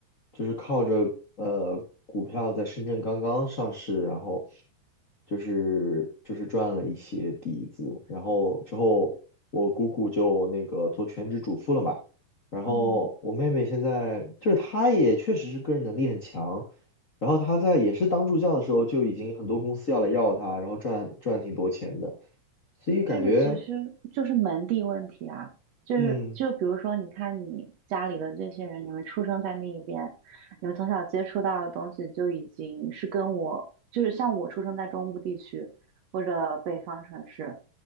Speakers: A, on the left (about 45°); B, on the right (about 65°).
A: 就是靠着呃股票在深圳刚刚上市，然后就是就是赚了一些底子，然后之后我姑姑就那个做全职主妇了嘛，然后我妹妹现在就是她也确实是个人能力很强，
B: 嗯
A: 然后她在也是当助教的时候就已经很多公司要来要她，然后赚赚挺多钱的。所以感觉
B: 这个其实就是门第问题啊，就是就比如说，
A: 嗯
B: 你看你家里的这些人，你们出生在那一边，你们从小接触到的东西就已经是跟我，就是像我出生在中部地区或者北方城市，